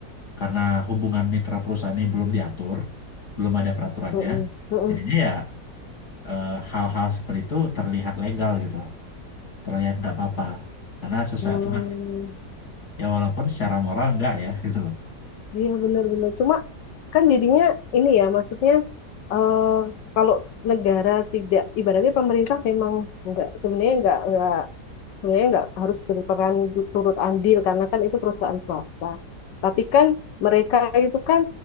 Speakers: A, on the left (about 60°); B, on the left (about 85°).
A: Karena hubungan mitra perusahaan ini belum diatur, belum ada peraturannya.
B: Mm-mm. Mm-mm.
A: Jadinya ya eh, hal-hal seperti itu terlihat legal gitu loh. Terlihat nggak apa-apa karena sesuai
B: Hmm,
A: aturan. Ya walaupun secara moral nggak ya <laughs> gitu loh.
B: iya benar-benar. Cuma kan jadinya ini ya maksudnya eh, kalau negara tidak ibaratnya pemerintah memang nggak sebenarnya nggak nggak sebenarnya nggak harus berperan turut andil karena kan itu perusahaan swasta tapi kan mereka itu kan